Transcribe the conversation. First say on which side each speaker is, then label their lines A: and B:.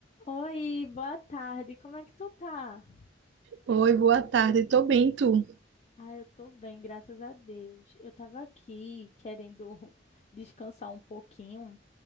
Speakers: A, on the left; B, on the right.
A: Oi, boa tarde. Como é que tu tá?
B: Oi, boa tarde. Tô bem, tu?
A: Ah, eu tô bem, graças a Deus. Eu tava aqui querendo <laughs> descansar um pouquinho